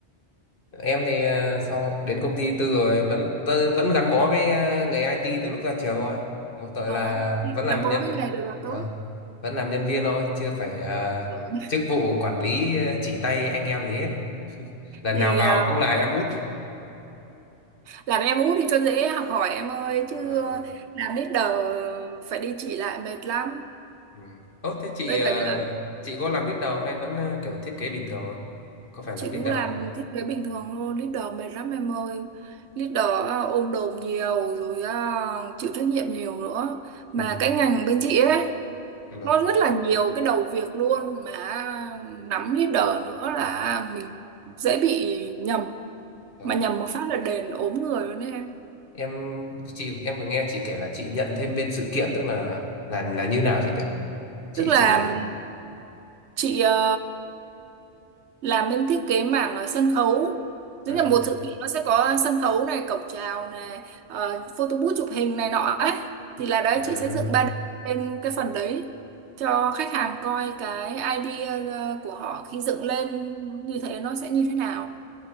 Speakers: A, on the left; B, on the right.
A: Em thì ờ, sau đến công ty tư rồi vẫn tớ vẫn gắn bó với ờ, nghề IT từ lúc ra trường thôi. Mỗi tội
B: ờ.
A: là vẫn làm
B: gắn bó
A: nhân.
B: với nghề được là
A: Vâng.
B: tốt
A: Vẫn làm nhân viên thôi, chưa phải ờ,
B: ừ.
A: chức vụ quản lý ờ, chỉ tay anh em gì hết. Lần
B: thì
A: nào vào
B: ờ,
A: cũng là em út.
B: làm em út đi cho dễ học hỏi em ơi chứ
A: Vâng.
B: ờ, làm leader phải đi chỉ lại mệt lắm
A: Ừ. Ơ thế chị
B: với
A: ờ,
B: cả là
A: chị có làm leader không hay vẫn ờ, kiểu thiết kế bình thường thôi? Có phải
B: chị
A: làm leader
B: cũng làm
A: không?
B: thiết kế bình thường thôi leader mệt lắm em ơi leader ờ, ôm đồm nhiều rồi ờ, chịu trách nhiệm nhiều nữa mà
A: Ừ.
B: cái ngành bên chị ấy
A: Vâng,
B: nó rất là nhiều cái đầu việc luôn mà nắm leader nữa là mình dễ bị nhầm
A: vâng.
B: mà nhầm một phát là đền ốm người luôn đấy em
A: Em chị em vừa nghe chị kể là chị nhận thêm bên sự kiện tức là là là như nào chị nhỉ? Chị
B: tức là
A: chị
B: chị ờ, làm bên thiết kế mảng ờ, sân khấu tức
A: à,
B: là một sự kiện nó sẽ có sân khấu này cổng chào này ờ, photo booth chụp hình này nọ ấy thì là đấy
A: à.
B: chị sẽ dựng 3D lên cái phần đấy cho khách hàng coi cái idea ờ, của họ khi dựng lên như thế nó sẽ như thế nào